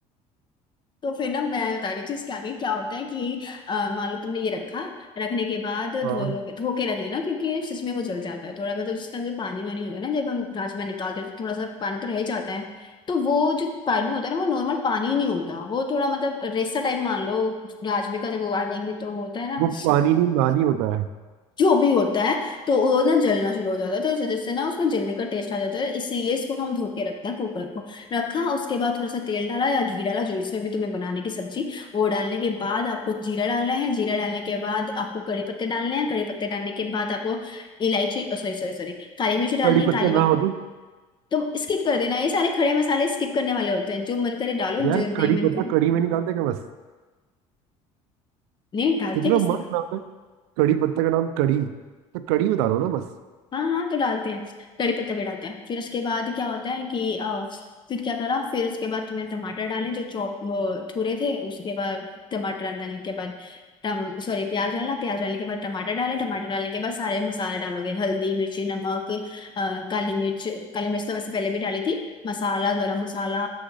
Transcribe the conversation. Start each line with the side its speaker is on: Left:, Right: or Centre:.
Left: तो फिर ना मैं बता रही थी इसके आगे क्या होता है कि अ, मान लो तुमने ये रखा रखने के बाद
Right: हाँ
Left: धो धो के रख लेना क्योंकि सच में वो जल जाता है थोड़ा मतलब जिसका जो पानी वानी होता है ना जब हम राजमा निकालते हैं तो थोड़ा सा पानी तो रह ही जाता है तो वो जो पानी होता है ना वो नॉर्मल पानी ही नहीं होता वो थोड़ा मतलब रेसा टाइप मान लो राजमे का जब उबालेंगे तो होता है ना
Right: वो पानी नहीं नानी होता है
Left: जो भी होता है तो वो ना जलना शुरू हो जाता है तो इस वजह से ना उसमें जलने का टेस्ट आ जाता है इसीलिए इसको हम धो के रखते हैं कुकर को रखा उसके बाद थोड़ा सा तेल डाला या घी डाला जो इसमें भी तुम्हें बनाने की सब्जी वो डालने के बाद आपको जीरा डालना है जीरा डालने के बाद आपको कड़ी पत्ते डालने हैं कड़ी पत्ते डालने के बाद आपको इलायची सॉरी सॉरी सॉरी काली मिर्च डालनी
Right: कड़ी
Left: है
Right: पत्ता
Left: काली मिर्च
Right: ना हो तो
Left: तो स्किप कर देना ये सारे खड़े मसाले स्किप करने वाले होते हैं जो मन करे डालो
Right: यार
Left: जो नहीं
Right: कड़ी
Left: मन
Right: पत्ता
Left: करे
Right: कड़ी में नहीं डालते क्या बस
Left: नहीं डालते
Right: इतना
Left: किसने
Right: मस्त नाम है कड़ी पत्ता का नाम कड़ी तो कड़ी बता दो ना बस
Left: हाँ हाँ तो डालते हैं कड़ी पत्ते भी डालते हैं फिर उसके बाद क्या होता है कि अ, फिर क्या करा फिर उसके बाद तुमने टमाटर डाले जो चॉप वो थुरे थे उसके बाद टमाटर डालने के बाद टम सॉरी प्याज डाला प्याज डालने के बाद टमाटर डाले टमाटर डालने के बाद सारे मसाले डालोगे हल्दी मिर्ची नमक अ, काली मिर्च काली मिर्च तो वैसे पहले भी डाली थी मसाला गरम मसाला